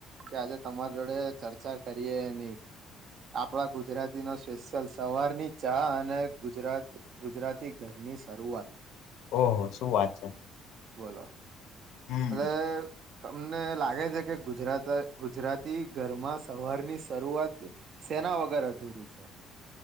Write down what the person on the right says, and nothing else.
કે આજે તમારી જોડે ચર્ચા કરીએ એની આપણા ગુજરાતી સ્પેશિયલ સવારની ચા અને ગુજરાત ગુજરાતી ઘરની શરૂઆત
બોલો
એટલે તમને લાગે છે કે ગુજરાત ગુજરાતી ઘરમાં સવારની શરૂઆત સેના વગર અધૂરી છે <unintelligible>